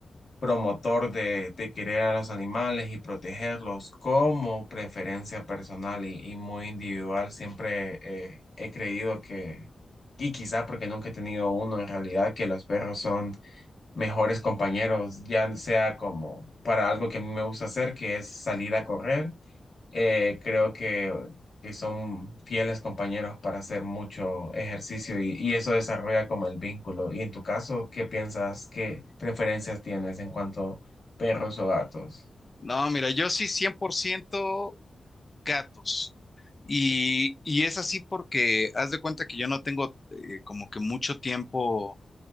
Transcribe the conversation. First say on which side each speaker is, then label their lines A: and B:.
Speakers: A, on the left; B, on the left.
A: promotor de, de querer a los animales y protegerlos como preferencia personal y, y muy individual. Siempre eh, he creído que, y quizá porque nunca he tenido uno en realidad, que los perros son mejores compañeros, ya sea como para algo que a mí me gusta hacer, que es salir a correr eh, creo que, que son fieles compañeros para hacer mucho ejercicio y, y eso desarrolla como el vínculo. Y en tu caso, ¿qué piensas, qué preferencias tienes en cuanto a perros o gatos?
B: No, mira, yo sí 100% gatos. Y, y es así porque haz de cuenta que yo no tengo eh, como que mucho tiempo